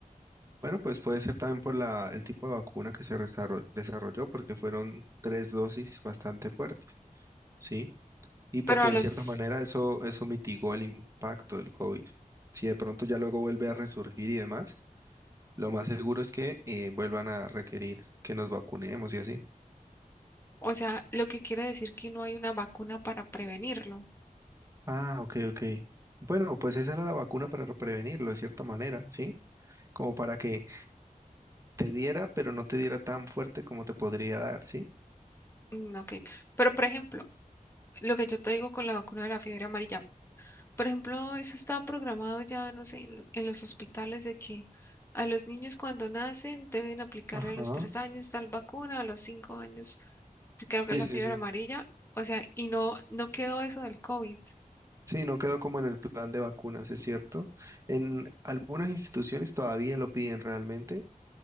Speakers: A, on the right; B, on the left.
A: Bueno, pues puede ser también por la, el tipo de vacuna que se desarro- desarrolló, porque fueron tres dosis bastante fuertes, ¿sí? Y porque
B: Pero a
A: de
B: los
A: cierta manera eso, eso mitigó el impacto del COVID. Si de pronto ya luego vuelve a resurgir y demás, lo más seguro es que eh, vuelvan a requerir que nos vacunemos y así.
B: O sea, lo que quiere decir que no hay una vacuna para prevenirlo.
A: Ah, ok, ok. Bueno, pues esa era la vacuna para prevenirlo de cierta manera, ¿sí? Como para que te diera, pero no te diera tan fuerte como te podría dar, ¿sí?
B: Mm, ok, pero por ejemplo, lo que yo te digo con la vacuna de la fiebre amarilla, por ejemplo, eso está programado ya, no sé, en lo- en los hospitales de que a los niños cuando nacen deben aplicarle
A: Ajá.
B: a los tres años tal vacuna, a los cinco años, pues, creo que
A: Sí,
B: es la
A: sí,
B: fiebre
A: sí.
B: amarilla, o sea, y no, no quedó eso del COVID.
A: Sí, no quedó como en el plan de vacunas, es cierto. En algunas instituciones todavía lo piden realmente,